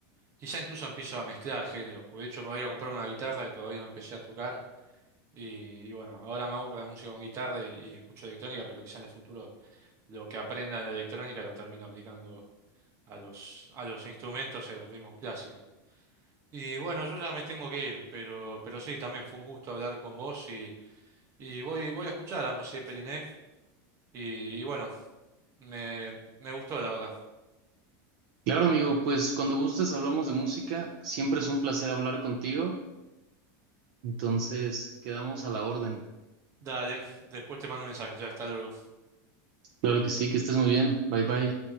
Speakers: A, on the right; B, on the right.
A: quizá incluso empiezo a mezclar géneros, porque de hecho me voy a comprar una guitarra y todavía no empecé a tocar y, y bueno, ahora me aburre la música con guitarra y, y escucho electrónica, pero quizá en el futuro lo que aprenda en la electrónica lo termino aplicando a los, a los instrumentos y a los ritmos clásicos. Y bueno, yo ya me tengo que ir, pero, pero sí, también fue un gusto hablar con vos y, y voy, voy a escuchar a Mosié Periné y, y bueno, me, me gustó la verdad.
B: Claro, amigo, pues cuando gustes hablamos de música, siempre es un placer hablar contigo, entonces quedamos a la orden.
A: Dale, después te mando un mensaje, ya hasta luego.
B: Claro que sí, que estés muy bien. Bye bye.